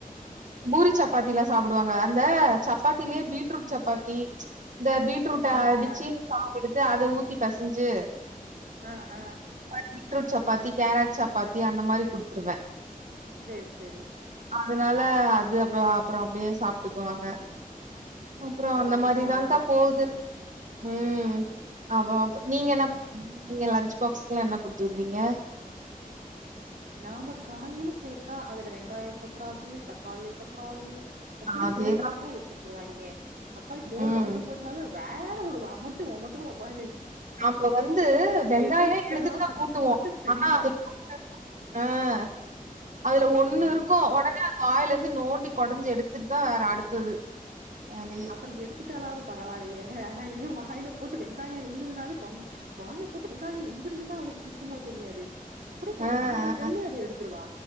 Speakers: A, on the right (about 55°); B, on the right (about 80°).
A: பூரி சப்பாத்திலா சாப்டுவாங்க அந்த சப்பாத்திலயே பீட்ரூட் சப்பாத்தி இந்த பீட் ரூட்ட
B: ஆ
A: அடிச்சி
B: ஆ
A: சாவு எடுத்து அத ஊத்தி பெசஞ்சி
B: அ அ
A: பீட்ரூட் சப்பாத்தி கேரட் சப்பாத்தி அந்த மாரி குடுத்துருவ
B: சேரி செரி
A: அதனால அது அப்ப அப்போ அப்டியே சாப்டுக்குவாங்க அப்புரோ
B: ஓரளவுக்கு
A: அந்த மாரிதாகா
B: பரவால்ல
A: போகுது உம் அவ அவ்வ நீங்க என்ன நீங்க லன்ச் பாக்ஸ்க்குலா என்ன குடுத்து உடுவீங்க
B: நாம காயின்னு சேத்தா அதுல வெங்காயோ இருக்க கூடாது தக்காளி இருக்க கூடாது தக்காளி
A: அதேதான்
B: தோல் பாத்தா எடுத்துச்சுருவாங்க தக்காளி தோல்
A: ம்.
B: வாய் குல்ல போச்சுனே வேற வொமட்டு வொமட்டுவோ பாரு
A: நாம வந்து வெங்காயோ
B: எதுக்குடா
A: எடுத்துட்டு தா
B: கஷ்டப்பட்டு
A: கூட்டுவோ
B: செஞ்சோ
A: ஆனா முன்ன ஆஹ் அதுல ஒண்ணு
B: ம்
A: இருக்கும் உட அது வாயில இருந்து நோண்டி குடைஞ்சு எடுத்துட்டு தான் வேற அடுத்தது வேலையே.
B: அப்புடி எடுத்துட்டாலாவது பரவாயிலியே இத வாயில போட்டு வெங்காயம் இருந்ததுனாவே தொ வாய போட்டு வெங்காயம் எங்க இருந்துதான் அவளுக்கு சிக்குமோ தெரியாது அப்படியே
A: ஆ,
B: நாக்குல தள்ளி
A: ஆ.
B: அதை எடுத்துடுவா